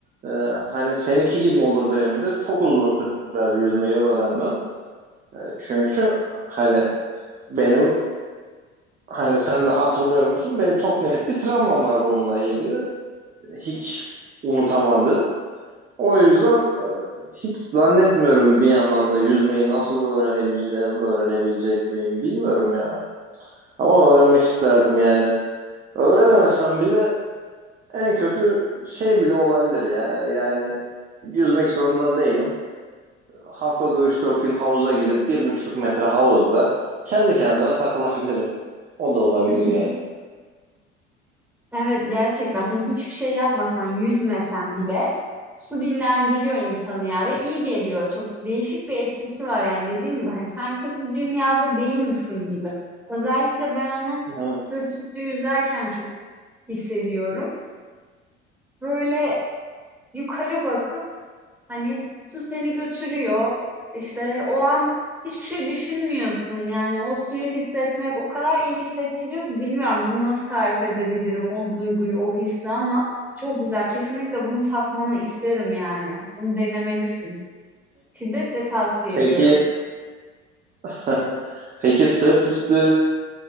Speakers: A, on the right; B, in the centre.
A: e, hani seninki gibi olur benim de çok uzun sürer yüzmeyi öğrenmem. E, çünkü hani benim hani sen de hatırlıyor musun? Benim çok net bir travmam var bununla ilgili. Hiç unutamadım. O yüzden e, hiç zannetmiyorum bir yandan da yüzmeyi nasıl öğrenebileceğim, öğrenebilecek miyim bilmiyorum ya. Ama öğrenmek isterdim yani. Öğrenemesem bile en kötü şey bile olabilir ya. Yani yüzmek zorunda değilim. Haftada üç dört gün havuza gidip bir buçuk metre havuzda kendi kendime takılabilirim. O da olabilir
B: Hı.
A: yani.
B: <laughs> Evet gerçekten hani hiçbir şey yapmasan, yüzmesen bile su dinlendiriyor insanı ya ve iyi geliyor. Çok değişik bir etkisi var yani dediğim gibi hani sanki bu dünyada değil misin gibi. Özellikle ben onu
A: Evet.
B: sırt üstü yüzerken çok hissediyorum. Böyle yukarı bakıp Hani su seni götürüyor. İşte o an hiçbir şey düşünmüyorsun. Yani o suyu hissetmek o kadar iyi hissettiriyor ki bilmiyorum bunu nasıl tarif edebilirim o duyguyu, o hissi ama çok güzel. Kesinlikle bunu tatmanı isterim yani. Bunu denemelisin. Şiddetle tavsiye
A: Peki
B: ediyorum.
A: <laughs> Peki sırt üstü